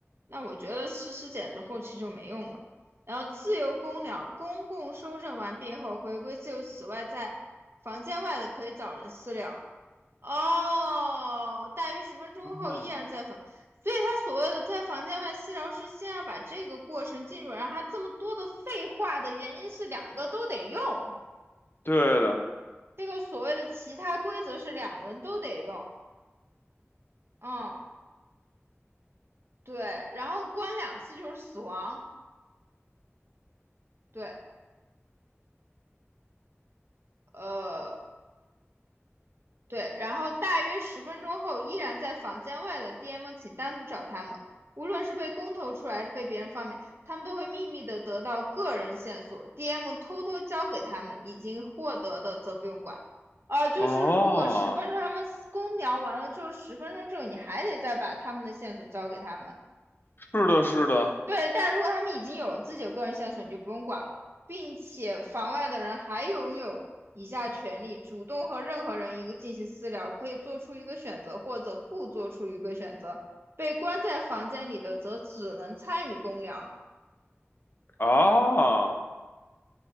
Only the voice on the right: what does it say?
那我觉得诗诗简直后期就没用了。然后自由公了，公共收证完毕后回归自由。此外，在房间外的可以找人私聊。哦，大约十分钟后依然在房，
所以他所谓的在房间外私聊是先要把这个过程进入，然后他这么多的废话的原因是两个都得用，
这个所谓的其他规则是两轮都得用，嗯，对，然后关两次就是死亡，对，呃，对，然后大约十分钟后，依然在房间外的 DM 请单独找他们。无论是被公投出来，还是被别人放便，他们都会秘密的得到个人线索，DM 偷偷交给他们，已经获得的则不用管。呃，就是如果十分钟他们公聊完了之后，
十分钟之后你还得再把他们的线索交给他们，
对，但如果他们已经有了自己的个人线索，你就不用管了，并且房外的人还拥有以下权利：主动和任何人一个进行私聊，可以做出一个选择或者不做出一个选择。被关在房间里的则只能参与公聊